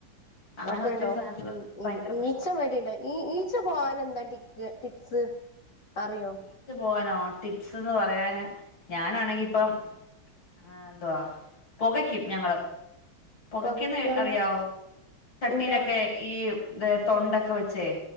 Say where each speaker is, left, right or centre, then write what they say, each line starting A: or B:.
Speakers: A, on the left (about 70°); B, on the left (about 50°).
A: അങ്ങന
B: ഒക്കെണ്ടോ
A: ഒത്തിരി സാനത്തിന്റെ
B: ഉം
A: ഭയങ്കര പ്രശ്നാ
B: ഈച്ച വടിണ്ട് ഈ ഈച്ച പോവാന എന്താ ടിക്ക് ടിപ്സ് അറിയോ
A: ഈച്ച പോവാനോ ടിപ്സ്ന്ന് പറയാന് ഞാനാണെങ്കി ഇപ്പം ആ എന്തുവാ പൊകയ്ക്കും ഞങ്ങള് പൊകക്ക്ന്നെ
B: പൊകക്ക് പറഞ്ഞ
A: അറിയാവോ ചട്ടീലൊക്കെ
B: ഇല്ല
A: ഈ ത് തൊണ്ടക്കെ വെച്ചേ